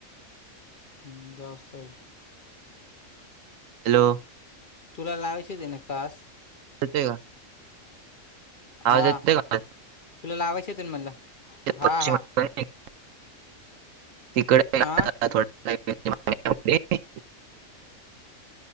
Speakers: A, on the left (about 45°); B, on the right (about 75°).
A: हम्म <unintelligible> दस सर.
B: हॅलो?
A: तूला लावायचीच ये ना कास्ट?
B: पिटे गा आवाज
A: हा
B: येतोय का आवाज?
A: तुला लावायच होते मणला? हा
B: परशी
A: हा
B: मैदान नाही का <unintelligible>
A: हा